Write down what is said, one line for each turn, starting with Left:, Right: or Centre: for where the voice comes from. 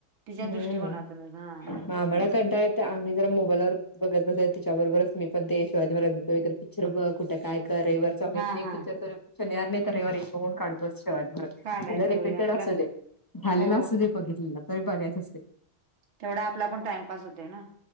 Right: तिच्या
Left: हम्म
Right: दृष्टिकोनातून हा.
Left: आम्हाला कंटाळा आम्ही जरा मोबाईलवर बघत बस त्याच्याबरोबरच मी पण ते शिवाजी महाराजाचे वगैरे पिक्चर बघ कुठ काय कर मी
Right: हा
Left: एक
Right: हा
Left: पिचर तरी शनिवारी नाहि तर रविवारी एक बघून काढतोचे शिवाजी महाराजांचा.
Right: काढायचा
Left: मला रिपीटेड
Right: वेळ आपला
Left: असू दे झालेला
Right: हो
Left: असू दे बघितलेलं तरी बघायचं असते.
Right: तेवढा आपला पण टाईमपास होतेना.